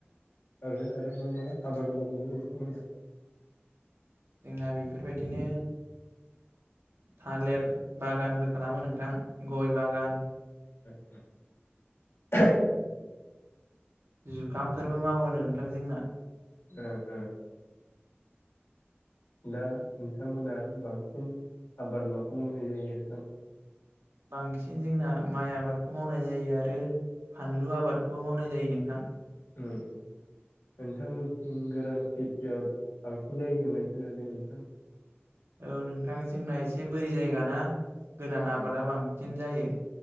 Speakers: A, on the left; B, on the right.
A: आरो आरो मा मा आबाद मावबावो नोंथांमोना?
B: जोंना बेफोरबायदिनो थालेर बागानबो खालामो नोंथां गय बागान
A: <unintelligible>
B: जुखामफोरबो मावो नोंथां जोंना।
A: ओ ओ। दा नोंथांमोना बांसिन आबाद माखौ मावनाय जायो नोंथां?
B: बांसिन जोंना माइ आबादखौ मावनाय जायो आरो फानलु आबादखौबो मावनाय जायो नोंथां।
A: उम नोंथांमोनथिं गोरान खेथिया बांसिन जायो होननाय खोनादों नोंथां।
B: औ नोंथां जोंना एसे बोरि जायगाना। गोरान
A: ओ
B: आबादा
A: ओ
B: बांसिन जायो।